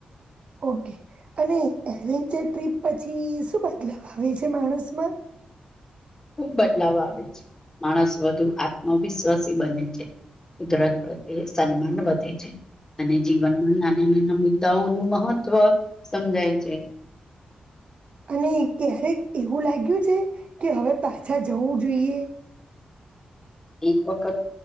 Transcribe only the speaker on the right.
ઓકે અને એડવેન્ચર ટ્રીપ પછી શું બદલાવ આવે છે માણસમાં?
અને ક્યારેક એવું લાગ્યું છે, કે હવે પાછા જવું જોઈએ?